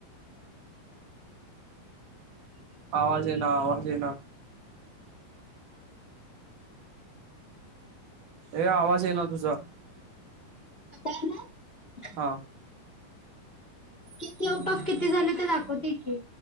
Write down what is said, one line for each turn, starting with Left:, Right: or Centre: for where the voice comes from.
Right: आवाज एना, आवाज एना. ए आवाज एना तुझा.
Left: आता आला?
Right: हां.
Left: किती आउट ऑफ किती झाले ते दाखवतय की,